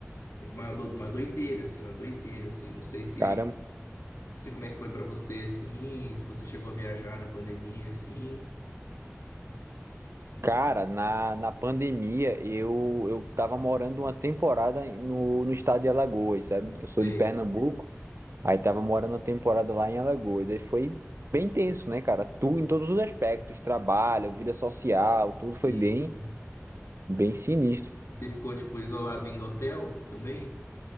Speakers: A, on the left; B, on the right.
A: E Uma, lo- uma doideira, assim, uma doideira, assim. Não sei se,
B: Caramba.
A: não sei como é que foi pra você, assim, se você chegou a viajar na pandemia, assim.
B: Cara, na, na pandemia eu, eu tava morando uma temporada no, no estado de Alagoas, sabe? Eu sou
A: Sei,
B: de Pernambuco, aí tava morando uma temporada lá em Alagoas. Aí foi bem tenso, né, cara? Tu, em todos os aspectos, trabalho, vida social, tudo foi
A: isso.
B: bem, bem sinistro.
A: E você ficou, tipo, isolado em hotel também?